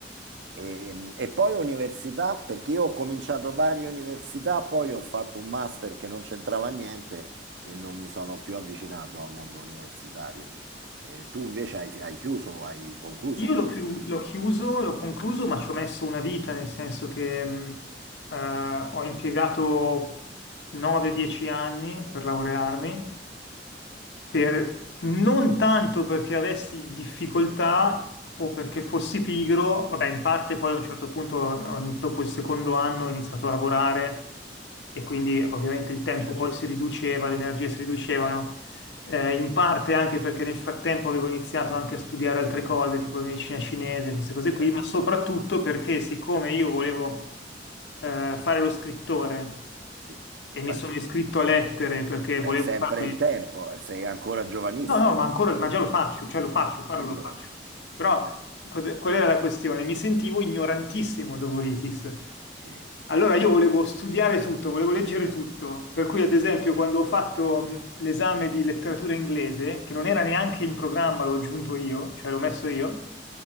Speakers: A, on the right; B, on the left.
A: E, e poi università, perché io ho cominciato varie università, poi ho fatto un master che non c'entrava niente e non mi sono più avvicinato al mondo universitario. Eh, tu invece hai, hai chiuso, hai concluso
B: Io
A: un corso
B: l'ho chiu-
A: universitario.
B: l'ho chiuso, l'ho concluso, ma ci ho messo una vita, nel senso che mh, eh, ho impiegato 9-10 anni per laurearmi per- non tanto perché avessi difficoltà o perché fossi pigro, vabbè, in parte poi a un certo punto, eh, ogni- dopo il secondo anno, ho iniziato a lavorare e quindi ovviamente il tempo
A: certo,
B: poi si riduceva, le energie si riducevano, eh, in parte anche perché nel frattempo avevo iniziato anche a studiare altre cose, tipo medicina cinese, queste cose qui,
A: certo,
B: ma soprattutto perché siccome io volevo eh, fare lo scrittore
A: sì.
B: e
A: Beh,
B: mi sono
A: se-
B: iscritto a lettere perché
A: sei
B: volevo
A: sempre
B: farmi...
A: in tempo, sei ancora giovanissimo.
B: No, no, ma ancora, ma già lo faccio, cioè lo faccio, farlo
A: E allora?
B: lo faccio. Però
A: Beh,
B: cos'è- qual era la questione? Mi sentivo ignorantissimo dopo l'ITIS.
A: mm,
B: Allora io volevo studiare tutto, volevo leggere tutto, per cui ad esempio quando ho fatto mh, l'esame di letteratura inglese, che non era neanche in programma, l'ho aggiunto io, cioè l'ho messo io,